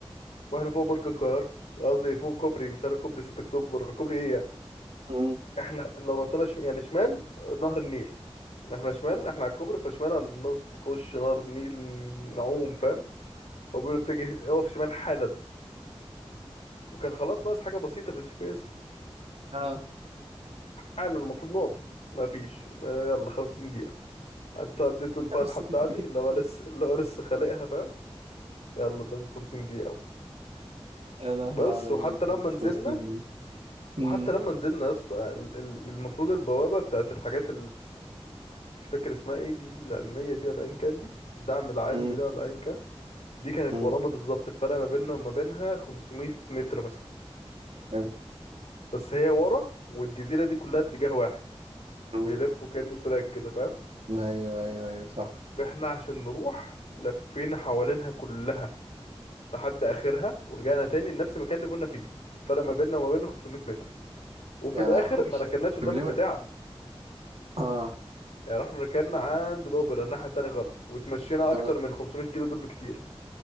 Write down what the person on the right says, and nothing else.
امم
اه
50
دقيقة
يا لهوي
على
جي بي
اس
وسنينه امم
امم
امم
حلو.
امم.
ايوه ايوه ايوه صح
يا
لهوي
طب ليه
ما- اه
طب